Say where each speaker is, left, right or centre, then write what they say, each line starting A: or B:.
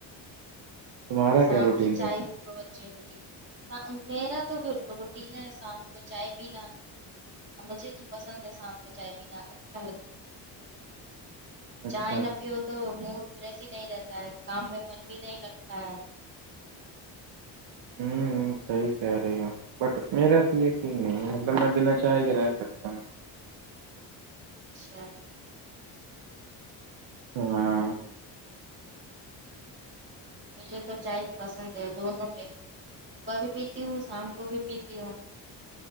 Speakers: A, on the right; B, on the right.
A: تمہارا
B: شام
A: کیا روٹین
B: کی چائے
A: رہتا ہے
B: بھی بہت ضروری میرا تو روٹین ہے شام کو چائے پینا مجھے تو پسند ہے شام کو چائے پینا اچھا لگتا ہے
A: اچھا
B: چائے
A: اچھا
B: نہ پیو تو موڈ فریش ہی نہیں رہتا ہے کام میں من بھی نہیں لگتا ہے
A: ہوں سحی کہہ رہے بٹ میرا سے یہ سی نہیں ہے مطلب میں بنا چاہے کے رہ سکتا ہوں
B: اچھا
A: ہاں
B: مجھے تو چائے پسند ہے دونوں ٹ صبح بھی پیتی ہوں شام کو بھی پیتی ہوں